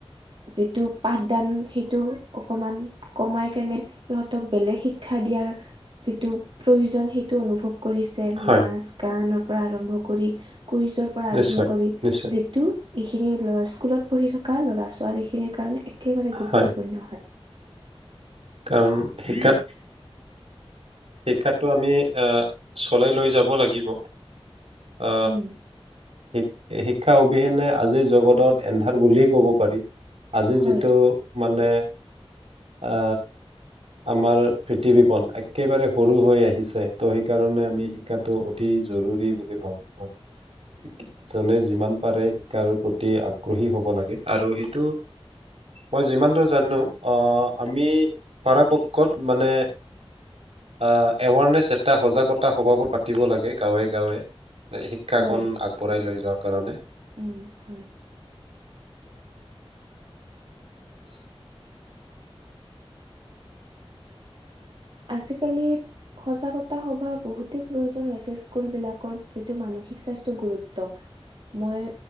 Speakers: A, on the right; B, on the right.
A: যিটো পাঠদান, সেইটো অকমান কমাই কেনে, সিহঁতক বেলেগ শিক্ষা দিয়াৰ যিটো প্ৰয়োজন, সেইটো অনুভৱ কৰি।
B: হয়
A: নাচ, গানত। পৰা আৰম্ভ কৰি। কুইজৰ পৰা আৰম্ভ
B: নিশ্চয়
A: কৰি,
B: নিশ্চয়
A: যিটো এইখিনি স্কুলত পঢ়ি থকা ল'ৰা-ছোৱালীখিনিৰ কাৰণে একেবাৰে গুৰুত্বপূৰ্ণ
B: হয়
A: হয়।
B: কাৰণ শিক্ষা। শিক্ষাতটো আমি, এ চলাই লৈ যাব লাগিব। আ
A: হম।
B: সেই শিক্ষা অবিহনে আজিৰ জগতত এন্ধাৰ বুলিয়ে ক'ব পাৰি। আজি
A: হয়
B: যিটো, মানে। আ, আমাৰ পৃথিৱীখন এক। একেবাৰে সৰু হৈ আহিছে। ত' সেইকাৰণে আমি শিকাটো অতি জৰুৰী বুলি ভাবো মই। যুনে যিমান পাৰে শিকাৰ প্ৰতি আগ্ৰহী হ'ব লাগে। আৰু সেইটো মই যিমানটো জানো, আমি পৰাপক্ষত মানে। আ এৱাৰনেছ এটা, সজাগতা সভাবোৰ পাতিব লাগে গাঁৱে গাঁৱে। শিক্ষাকণ
A: হয়
B: আগবঢ়াই লৈ যোৱাৰ কাৰণে।
A: উম হয়
B: <inaudible>
A: আজিকালি, সজাগতা সভা বহুতেই প্ৰয়োজন হৈছে স্কুলবিলাকত যিটো মানসিক স্বাস্থ্যৰ গুৰুত্ব। মই